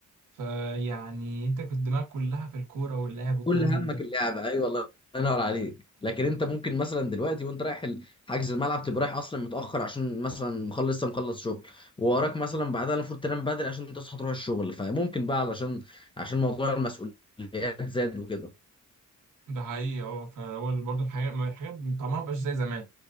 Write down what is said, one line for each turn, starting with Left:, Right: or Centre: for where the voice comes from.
Right: فيعني انت كنت دماغك كلها في الكورة واللعب والكلام
Left: كل همك
Right: من ده
Left: اللعبه ايوه الله ينور عليك لكن انت ممكن مثلا دلوقتي وانت رايح ال- حجز الملعب تبقى رايح اصلا متاخر عشان مثلا مخلص لسه مخلص شغل ووراك مثلا بعدها المفروض تنام بدري عشان تصحى تروح الشغل فممكن بقى علشان عشان موضوع المسؤوليات زاد وكده
Right: ده حقيقي اه فهو برضو الحاجة ما- الحاجة طعمها مبقاش زي زمان